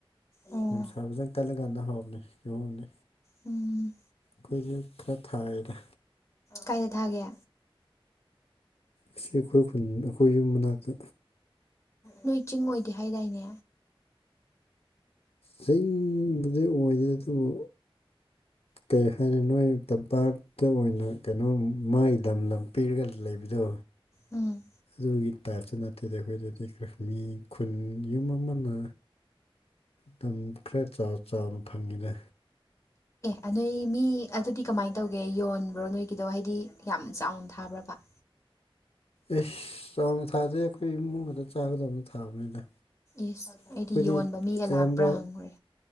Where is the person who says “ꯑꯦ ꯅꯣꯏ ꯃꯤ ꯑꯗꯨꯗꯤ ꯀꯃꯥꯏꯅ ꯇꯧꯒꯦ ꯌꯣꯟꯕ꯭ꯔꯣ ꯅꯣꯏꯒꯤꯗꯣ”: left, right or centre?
Left